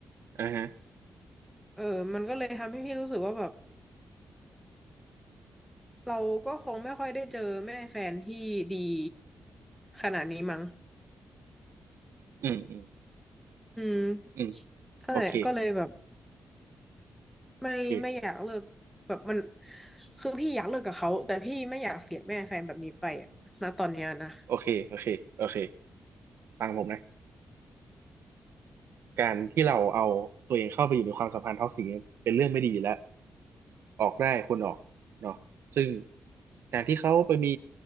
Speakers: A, on the right; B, in the centre.
A: อ่าฮะ
B: เออมันก็เลยทำให้พี่รู้สึกว่าแบบเราก็คงไม่ค่อยได้เจอแม่แฟนที่ดีขนาดนี้มั้ง
A: อืมอืม
B: อืม
A: อืม
B: ก็เลยก็เลยแบบ
A: โอเคโอเค
B: ไม่ไม่อยากเลิกแบบมันคือพี่อยากเลิกกับเขาแต่พี่ไม่อยากเสียแม่แฟนแบบนี้ไปอะนะตอนเนี้ยนะ
A: โอเคโอเคโอเคฟังผมนะ การที่เราเอาตัวเองเข้าไปอยู่ในความสัมพันธ์ท็อกซิกเนี่ยเป็นเรื่องไม่ดีอยู่แล้วออกได้ควรออกเนาะซึ่งการที่เขาไปมี